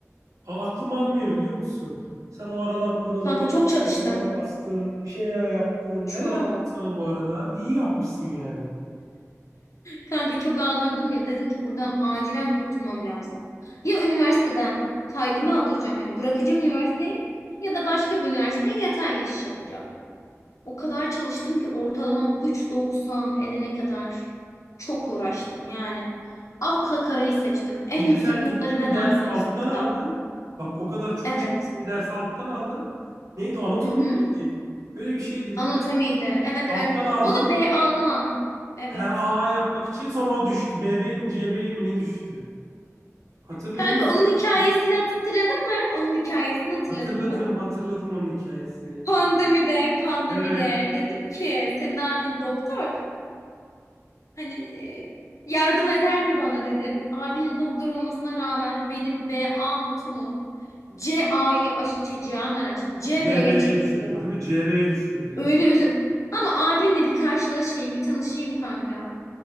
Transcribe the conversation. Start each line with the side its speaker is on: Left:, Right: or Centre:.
Right: A- aklım almıyor biliyor musun? Sen o aralar o kadar
Left: Kanka
Right: uğraş,
Left: çok çalıştım.
Right: ortalama kastın, bir şeyler yaptın.
Left: Çok.
Right: Helal sana bu arada. İyi yapmışsın yani.
Left: Kanka çok ağlıyordum ya dedim ki buradan acilen kurtulmam lazım. Ya üniversiteden kaydımı aldıracağım hani bırakacağım üniversiteyi ya da başka bir üniversiteye yatay geçiş yapacağım. O kadar çalıştım ki ortalamam 3.90 edene kadar çok uğraştım. Yani akla karayı seçtim. En
Right: Bir de
Left: yüksek
Right: sen
Left: notları
Right: gittin
Left: ben
Right: bir dersi
Left: aldım hep
Right: alttan
Left: sınıfta.
Right: aldın. Bak o kadar çok
Left: Evet.
Right: çalıştın bir dersi alttan aldın. Neydi? Anatomi
Left: Hı hı.
Right: miydi? Öyle bir şeydi değil
Left: Anatomiydi.
Right: mi?
Left: Evet
Right: Alttan
Left: evet.
Right: aldın.
Left: O da BA'dan. Evet.
Right: He, AA yapmak için sonra o düştü. BB'ye mi CB'ye mi ne düştü? Hatırlıyorum
Left: Kanka
Right: o
Left: onun
Right: kadar
Left: hikayesini
Right: çalış-
Left: hatırladın mı? Onun hikayesini hatırladın
Right: Hatırladım,
Left: mı?
Right: hatırladım onun hikayesini.
Left: Pandemide, pandemide
Right: Evet,
Left: dedim ki senin abin doktor. Hani e, yardım eder mi bana dedim. Abinin doktor olmasına rağmen benim BA notumu CA'yı şey, Cihan Naran çıktı. CB'ye
Right: CB'ye
Left: çekti
Right: düşürdü
Left: ya.
Right: değil mi? CB'ye düşürdü.
Left: Öyle özü... Ama abinle bir karşılaşayım, bir tanışayım kanka.